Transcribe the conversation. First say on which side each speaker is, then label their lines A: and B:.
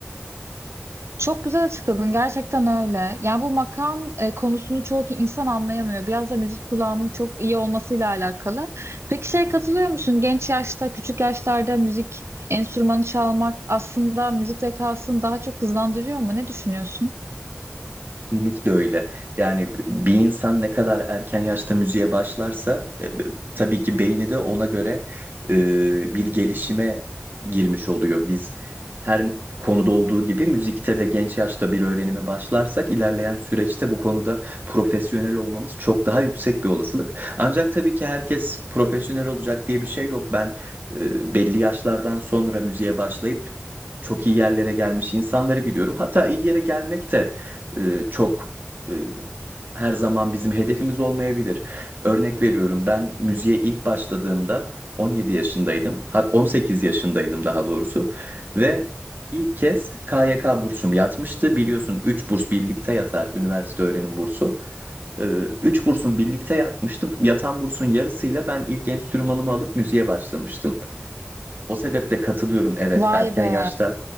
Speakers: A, on the right; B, on the right.
A: Çok güzel açıkladın. Gerçekten öyle. Yani bu makam e, konusunu çoğu insan anlayamıyor. Biraz da müzik kulağının çok iyi olmasıyla alakalı. Peki şeye katılıyor musun? Genç yaşta, küçük yaşlarda müzik enstrümanı çalmak aslında müzik zekasını daha çok hızlandırıyor mu? Ne düşünüyorsun?
B: Kesinlikle öyle. Yani b- bir insan ne kadar erken yaşta müziğe başlarsa e, b- tabii ki beyni de ona göre e, bir gelişime girmiş oluyor. Biz her konuda olduğu gibi müzikte de genç yaşta bir öğrenime başlarsak ilerleyen süreçte bu konuda profesyonel olmamız çok daha yüksek bir olasılık. Ancak tabii ki herkes profesyonel olacak diye bir şey yok. Ben e, belli yaşlardan sonra müziğe başlayıp çok iyi yerlere gelmiş insanları biliyorum. Hatta iyi yere gelmek de e, çok e, her zaman bizim hedefimiz olmayabilir. Örnek veriyorum ben müziğe ilk başladığımda 17 yaşındaydım. Hat 18 yaşındaydım daha doğrusu ve ilk kez KYK bursum yatmıştı. Biliyorsun 3 burs birlikte yatar üniversite öğrenim bursu. üç bursun birlikte yatmıştı. Yatan bursun yarısıyla ben ilk enstrümanımı alıp müziğe başlamıştım. O sebeple katılıyorum. Evet,
A: Vay
B: erken
A: be.
B: yaşta